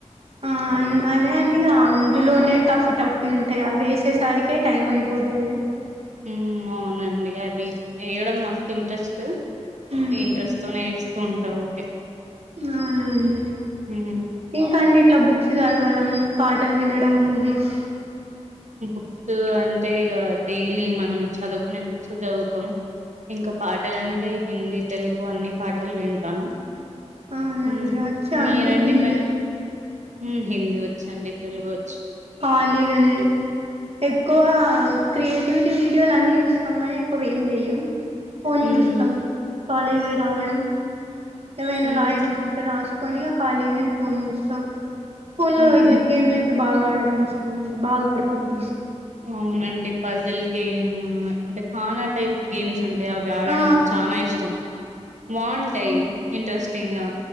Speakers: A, on the right; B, on the right.
A: ఆ అన్ అదే అండి ఇగ అందులోనే టఫ్ టఫ్ ఉంటయ అవ్వేసేసరి కే టైమైపోతది
B: ఊ అవునండి అవి ఏయడం మస్తు ఇంట్రెస్టు
A: మ్మ్
B: ఇంట్రెస్ సొనే ఏస్తూంటా ఓకే
A: అవునండి
B: మ్మ్
A: ఇంకా అండి ఇట్ల బుక్సు జదవడం పాటల్ వినడం మూవీస్
B: ఈ బుక్సూ అంటే ఇగా డైలీ మనం చదువుకునే బుక్సు జదువుతాం ఇంక పాటలంటే హిందీ తెల్గు అన్ని పాటల్ వింటాను
A: అవునండి
B: ఊ
A: వచ్చా
B: మీరండి
A: అండి హిందీ
B: మరి ఊ హిందీ వొచ్చండి తెలుగు వొచ్చ్
A: ఖాళిగనే ఎక్కువా క్రియేటివిటీ వీడియోల్ అన్నీ జూస్తాం గనీ ఎక్కువ వేం జేయ్యమ్ ఫోన్
B: మ్మ్
A: జూస్తం కాలేజ్ వొయ్ రావడం ఏవైనా
B: మ్మ్
A: రాయడం వుంటే రాస్కొని ఇగ ఖాళిగనేే ఫోన్ జూస్తా ఫోన్
B: మ్మ్
A: లో ఇట్లా గేమ్ లె తే బాగా ఆడడం ఇష్టం అండి బాగా ఆడుకుంటాం
B: అవునండి పజిల్ గేమూ ఇంక చనా టైప్స్ గేమ్సున్ టాయ్ అవి ఆడడం
A: ఆ
B: చానా ఇష్టం బావుంటాయ్ ఇంట్రెస్టింగా